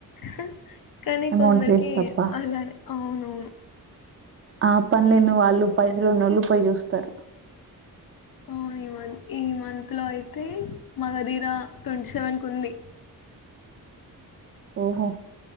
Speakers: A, on the left; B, on the right.
A: హ్ కానీ
B: అమౌంట్
A: కొందరికి
B: వేస్ట్ తప్ప.
A: అలానే అవునూ
B: ఆ పన్ లేనీ వాళ్ళు పైసల ఉన్నోఒళ్ళు పోయి చూస్తారు
A: అవును ఇ మంత ఈ మంత్ లో అయితే మగధీర ట్వంటీ సెవెన్ కు ఉంది
B: ఓహో